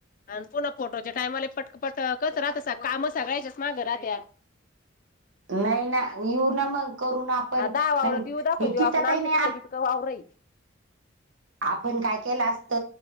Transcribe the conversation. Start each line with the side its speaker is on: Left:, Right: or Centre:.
Left: आणि पुन्हा फोटोच्या टाईमाले पटक पटकच राह काम सगळायच्यास माग राहत्या
Right: नाही ना येऊ ना मग करू ना आपण
Left: हा दवावर
Right: पण
Left: तिऊ दाखवून
Right: हे
Left: देऊ
Right: गीताताई
Left: आपण आमच्या
Right: नाही
Left: तिकडे किती ग वाव रई
Right: आपण काय केलं असत